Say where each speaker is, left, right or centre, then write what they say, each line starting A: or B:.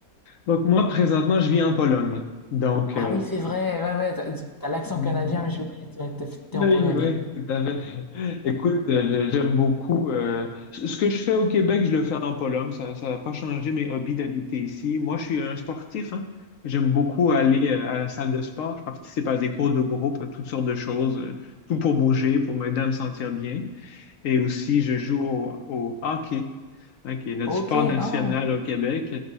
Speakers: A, on the left; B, on the left.
A: Donc moi, présentement, je vis en Pologne. Donc,
B: Ah oui, c'est vrai. Ouais, ouais, t'as t'as l'accent canadien,
A: euh,
B: mais j'ai oublié. t'es- T'es t'es
A: Oui,
B: en Pologne.
A: oui, tout à fait. Écoute, euh, j'aime beaucoup. euh, ce ce que je fais au Québec, je le fais en Pologne. Ça, ça n'a pas changé mes hobbies d'habiter ici. Moi, je suis un sportif, hein. J'aime beaucoup aller euh, à la salle de sport. Je participe à des cours de groupe, à toutes sortes de choses, euh, tout pour bouger, pour m'aider à me sentir bien. Et aussi, je joue au, au hockey, hein, qui est notre
B: Ok.
A: sport national
B: ah.
A: au Québec.